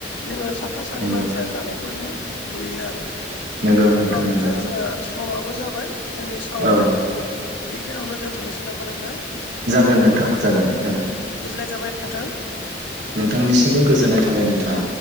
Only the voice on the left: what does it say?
जोङो साफा सानै
मानसिया जानायखौ जोङो नुयो आरो
अब्ला
नोंथां जोंहा समाबो जाबाय जोंनि सावरायनांगौखौ
बेखिनियावनो दोनथ'नोसै नामा नोंथां
औ
गोजोननाय थाबाय नोंथां